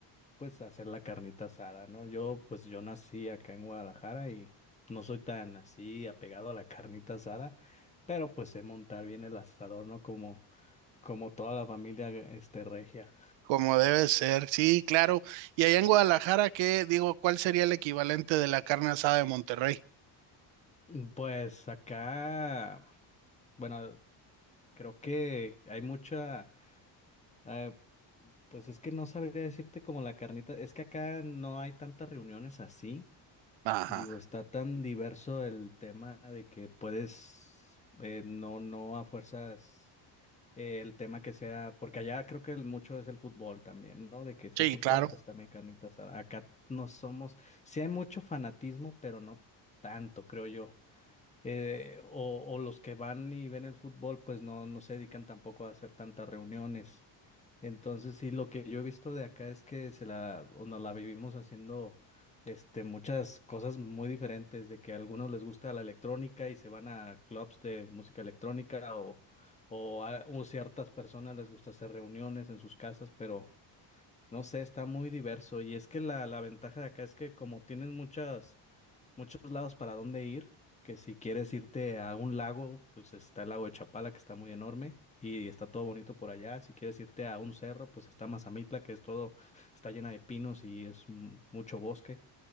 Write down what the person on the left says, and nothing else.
pues hacer la carnita asada, ¿no? Yo pues yo nací acá en Guadalajara y no soy tan así apegado a la carnita asada, pero pues sé montar bien el asador, ¿no? Como, como toda la familia este regia.
Mm, Pues acá, bueno, creo que hay mucha Ah, pues es que no sabría decirte como la carnita. Es que acá no hay tantas reuniones así.
Digo, está tan diverso el tema de que puedes, eh, no, no a fuerzas eh, el tema que sea, porque allá creo que el mucho es el fútbol también, ¿no? De que si
hay fútbol,
pues también carnitas. Acá no somos, sí hay mucho fanatismo, pero no tanto, creo yo. Eh, o, o los que van y ven el fútbol, pues no, no se dedican tampoco a hacer tantas reuniones. Entonces, sí, lo que yo he visto de acá es que se la, o nos la vivimos haciendo este, muchas cosas muy diferentes, de que a algunos les gusta la electrónica y se van a clubs de música electrónica, o, o a o ciertas personas les gusta hacer reuniones en sus casas, pero no sé, está muy diverso. Y es que la, la ventaja de acá es que como tienes muchas muchos lados para dónde ir, que si quieres irte a un lago, pues está el lago de Chapala, que está muy enorme y está todo bonito por allá. Si quieres irte a un cerro, pues está Mazamitla, que es todo, está llena de pinos y es mm, mucho bosque.